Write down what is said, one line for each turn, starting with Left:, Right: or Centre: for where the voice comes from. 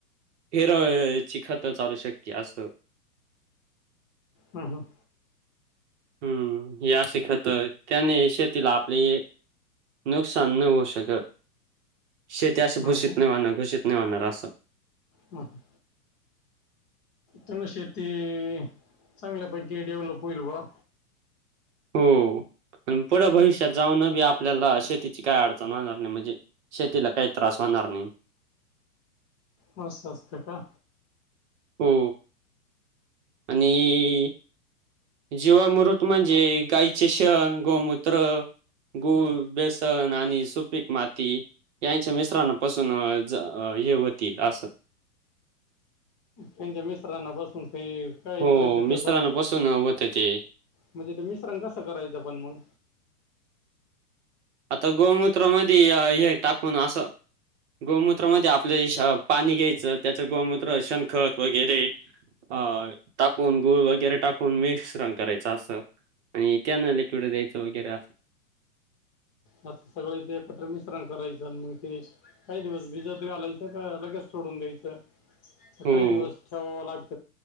Right: हेरची खतं चालू शक्य अस
Left: हम्म हम्म
Right: हम्म ही अशी खतं त्याने शेतीला आपले नुकसान नई होवू शकत. शेती अस भूषित
Left: हो का?
Right: नाही व्हणार घूषित नाही व्हणार असं.
Left: हं हं तुमी शेती इइ. चांगल्यापैकी डेव्हलप होईल बुवा
Right: हो अन् पुढं भविष्यात जाऊन बी आपल्याला शेतीची काय अडचण होणार नाही म्हणजे शेतीला काय त्रास होणार नई.
Left: हो असतंय का
Right: हो आणि जीवामृत म्हणजे गायचे शेण गोमूत्र गुळ
Left: हं.
Right: बेसन आणि सुपीक माती यांच्या मिश्रणापासून ज- य हुतील असं.
Left: त्यांच्या मिश्रणापासून ते काय
Right: हो,
Left: करायचं ते
Right: मिश्रणापासून
Left: असं वाल
Right: होतं ते.
Left: म्हणजे ते मिश्रण कसं करायचं पण मंग
Right: आता गोमूत्र मध्ये य-हे टाकून असं. गोमूत्र मधे आपल्या हेश पाणी घ्यायचं त्याच गोमूत्र शेणखत वगैरे अ टाकून गुळ वगैरे टाकून मिक्स श्रण करायचं असं आणि त्यान लिक्विड द्यायचं वगैरे असं.
Left: आता सगळ एकत्र मिश्रण करायचं मग ते काही दिवस भिजत घालायचं. त <unintelligible> लगेच सोडून घ्यायचं
Right: हो.
Left: काही दिवस ठेवावा लागत.